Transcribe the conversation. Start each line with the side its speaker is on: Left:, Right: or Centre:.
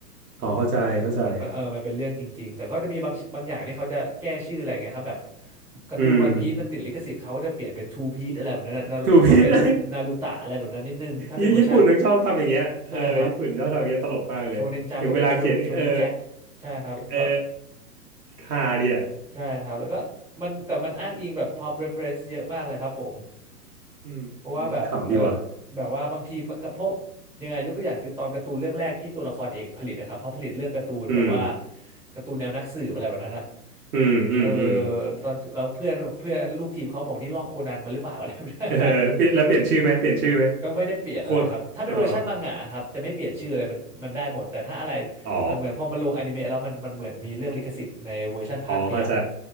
Right: อ๋อเข้าใจเข้าใจ
Centre: มันมันเออมันเป็นเรื่องจริงๆแต่ก็จะมีบางบางอย่างที่เขาจะแก้ชื่ออะไรเงี้ยครับแบบการ์ตูนวันพีซมันติดลิขสิทธิ์เขาก็จะเปลี่ยนเป็นทูพีซอะไรแบบนั้นนารูโตะเขาเป็นนารูตะอะไรแบบนั้นนิดนึงถ้าเป็นเวอร์ชั่น
Right: อืมถูก <laughs> พิษ <laughs> ญี่ญี่ปุ่นมันชอบทำอย่างเงี้ยเออญี่ปุ่นชอบทำอย่างเงี้ยตลกมากเลยอย่างเวลาเขียนนี่เออ
Centre: ใช่ครับโชเนนจัมป์ก็เป็นโชโชเนนแจ็คใช่ครับเขา
Right: เออฮาดีอ่ะ
Centre: ใช่ครับแล้วก็มันแต่มันอ้างอิงแบบ pop reference เยอะมากเลยครับผม
Right: อืมอืมขำดีว่ะ
Centre: เพราะว่าแบบเออแบบว่าบางทีมันกระพกยังไงยกตัวอย่างคือตอนการ์ตูนเรื่องแรกที่ตัวละครเอกผลิตนะครับเขาผลิตเรื่องการ์ตูนแบบว่า
Right: อืม
Centre: การ์ตูนแนวนักสืบอะไรแบบนั้นอะ
Right: อืมอืมอืม
Centre: เออตอนแล้วเพื่อนเพื่อนลูกทีมเขาบอกนี่ลอกโคนันมาหรือเปล่า <laughs> อะไรแบบนั้น
Right: เออเปลี่ยนแล้วเปลี่ยนชื่อไหมเปลี่ยนชื่อไหม
Centre: ก็ไม่ได้เปลี่ยนอะไรครับถ้าเป็นเวอร์ชันมังงะครับจะไม่เปลี่ยนชื่อเลยมันมันได้หมดแต่ถ้าอะไร
Right: โคอ๋ออ๋อ
Centre: แต่เหมือนพอมันลงอนิเมะแล้วมันมันเหมือนมีเรื่องลิขสิทธิ์ในเวอร์ชันภาพขยับ
Right: อ๋อเข้าใจ